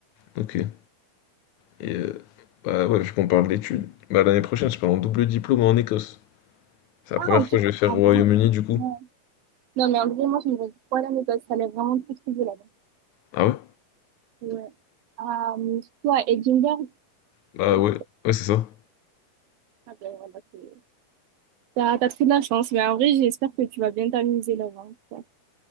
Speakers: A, on the left; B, on the right.
A: ok. Et euh, bah ouais, vu qu'on parle d'études, bah l'année prochaine, je pars en double diplôme en Écosse. C'est la
B: Ah,
A: première
B: ok,
A: fois que je vais faire
B: en
A: au
B: vrai,
A: Royaume-Uni du coup.
B: ouais. Non, mais en vrai, moi, je me dis pas l'année parce que ça allait vraiment très, très bien là-bas.
A: Ah ouais?
B: Ouais. Ah, mais toi, Edinburgh,
A: Bah
B: donc,
A: ouais, ouais, c'est ça.
B: ah, ben, voilà, c'est- t'as, t'as trop de la chance, mais en vrai, j'espère que tu vas bien t'amuser là-bas. quoi.